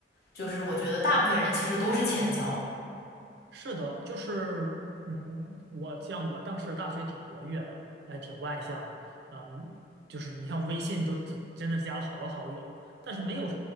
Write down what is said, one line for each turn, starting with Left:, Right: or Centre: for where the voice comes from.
Left: 就是我觉得大部分人其实都是浅交。
Right: 是的，就是，嗯，我像我当时大学挺活跃的，哎，挺外向的，嗯，就是你像微信都真真的加了好多好友，但是没有